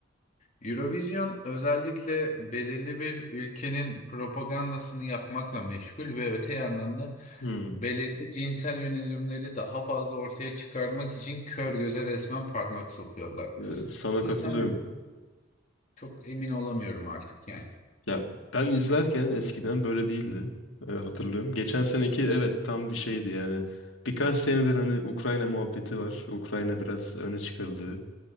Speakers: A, on the left (about 40°); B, on the left (about 80°).
A: Eurovision özellikle belirli bir ülkenin propagandasını yapmakla meşgul ve öte yandan da
B: Hmm,
A: belirli cinsel yönelimleri daha fazla ortaya çıkarmak için kör göze resmen parmak sokuyorlar.
B: e, sana
A: Bu
B: katılıyorum.
A: yüzden de çok emin olamıyorum artık yani.
B: Ya ben izlerken eskiden böyle değildi. E, hatırlıyorum. Geçen seneki evet tam bir şeydi yani. Birkaç senedir hani Ukrayna muhabbeti var. Ukrayna biraz öne çıkarıldı.